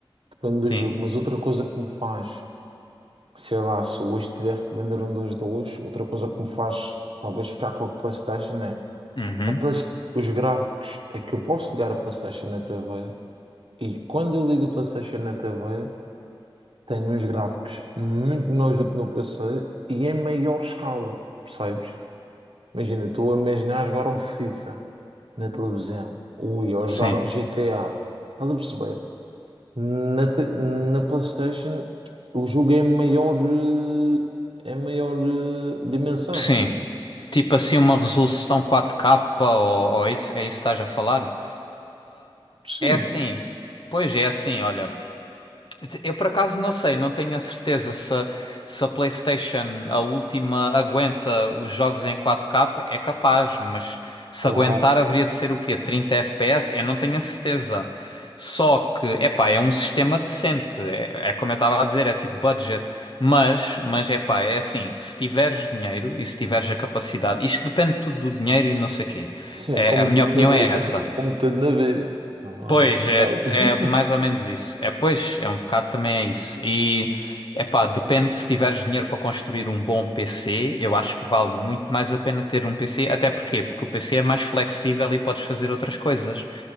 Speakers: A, on the right; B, on the left.
A: depende do
B: Sim.
A: jogo, mas outra coisa que me faz, sei lá, se eu hoje tivesse de vender um dos dois, outra coisa que me faz talvez ficar com a PlayStation é
B: Uhum.
A: a Play- os gráficos é que eu posso ligar a PlayStation na TV E quando eu ligo o PlayStation na TV, tem uns gráficos muito melhores do que no PC e em maior escala, percebes? Imagina, estou a imaginar jogar um FIFA na televisão, ui, ou jogar
B: Sim,
A: um GTA, estás a perceber? Na, te- na PlayStation, o jogo é em maior, eh, é em maior eh, dimensão,
B: sim.
A: percebes?
B: Tipo assim, uma resolução 4K ou, ou é isso, é isso que estás a falar?
A: Sim,
B: É assim, pois é é assim, olha. Eu por acaso não sei, não tenho a certeza se, a- se a PlayStation, a última, aguenta os jogos em 4K, é capaz, mas se
A: claro.
B: aguentar haveria de ser o quê? 30 FPS? Eu não tenho a certeza. Só que, epá, é um sistema decente, é, é como eu estava a dizer, é tipo budget, mas, mas epá, é assim, se tiveres dinheiro e se tiveres a capacidade, isto depende tudo do dinheiro e não sei o quê.
A: Sim,
B: É,
A: como
B: a minha
A: tudo
B: opinião
A: na vida,
B: é essa.
A: <laughs> como tudo na vida. Não,
B: Pois,
A: não é
B: é,
A: pronto. <laughs>
B: é mais ou menos isso. É, pois, é um bocado também é isso. E, é pá, depende, se tiveres dinheiro para construir um bom PC, eu acho que vale muito mais a pena ter um PC. Até porquê? Porque o PC é mais flexível e podes fazer outras coisas.